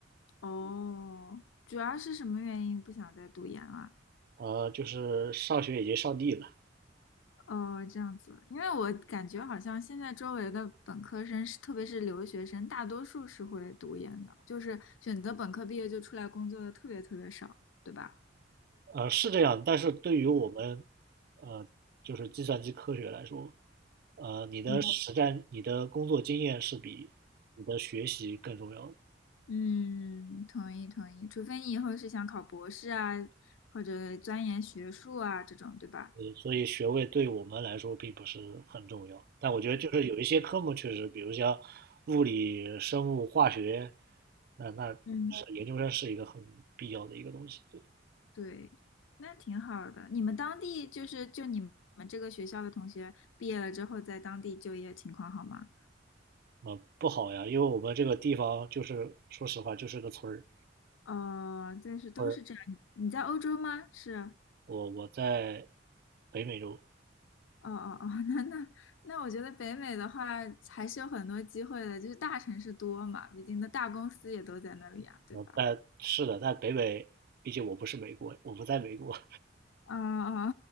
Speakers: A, on the left; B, on the right.
A: 哦，主要是什么原因不想再读研了？
B: 呃，就是上学已经上腻了，
A: 哦，这样子，因为我感觉好像现在周围的本科生是，特别是留学生，大多数是会读研的，就是选择本科毕业就出来工作的特别特别少，对吧？
B: 呃，是这样，但是对于我们，呃，就是计算机科学来说，呃，你的实战、
A: 嗯，
B: 你的工作经验是比你的学习更重要的，
A: 嗯，同意同意，除非你以后是想考博士啊，或者钻研学术啊这种，对吧？
B: 所以学位对我们来说并不是很重要。但我觉得就是有一些科目确实，比如像物理、生物、化学，那那是研究生是一个很必要的一个东西。
A: 嗯，
B: 对，
A: 对，那挺好的。你们当地就是就你们这个学校的同学毕业了之后，在当地就业情况好吗？
B: 呃，不好呀，因为我们这个地方就是说实话就是个村儿，
A: 哦，这是都是这样。
B: 村儿。
A: 你在欧洲吗？是，
B: 我我在北美洲，
A: 哦哦哦，<laughs> 那那那，我觉得北美的话还是有很多机会的，就是大城市多嘛，毕竟的大公司也都在那里呀，对吧？
B: 呃，但是的，在北美，毕竟我不是美国，我不在美国，
A: 哦哦，